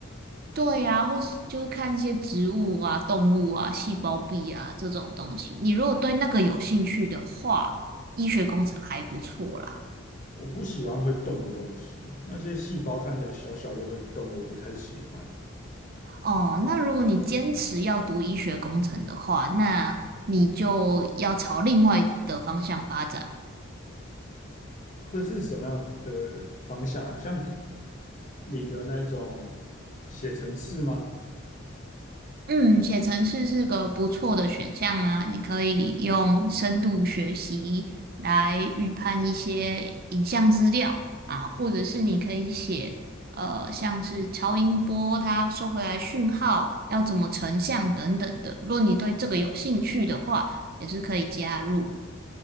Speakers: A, on the right; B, on the left.
A: 对呀、或是就是看一些植物啊、动物啊、细胞壁啊这种东西。你如果对那个有兴趣的话，医学工程还不错啦。
B: 我不喜欢会动的东西，那些细胞看起来小小又会动，我不太喜欢。
A: 哦，那如果你坚持要读医学工程的话，那你就要朝另外的方向发展。
B: 会是什么样的方向啊？像你的那种写程式吗？
A: 嗯，写程式是个不错的选项啊，你可以用深度学习来预判一些影像资料啊，或者是你可以写呃，像是超音波它收回来讯号要怎么成像等等的。如果你对这个有兴趣的话，也是可以加入。